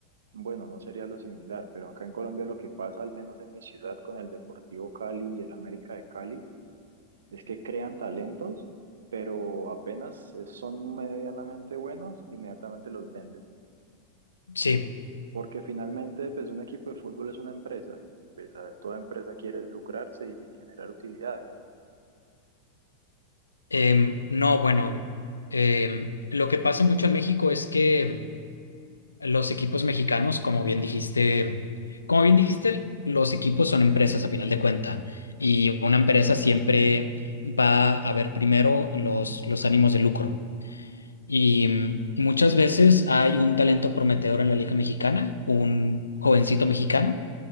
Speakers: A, on the right; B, on the left.
A: bueno, no sería lo similar, pero acá en Colombia lo que pasa, al menos en mi ciudad, con el Deportivo Cali y el América de Cali, Es que crean talentos, pero apenas eh, son medianamente buenos, inmediatamente los venden.
B: Sí.
A: Porque finalmente, pues un equipo de fútbol es una empresa y pues, la- toda empresa quiere lucrarse y generar utilidades.
B: Em, no, bueno, em, lo que pasa mucho en México es que Los equipos mexicanos, como bien dijiste, como bien dijiste, los equipos son empresas a final de cuenta y una empresa siempre va a ver primero los, los ánimos de lucro. Y mm, muchas veces hay un talento prometedor en la Liga Mexicana, un jovencito mexicano,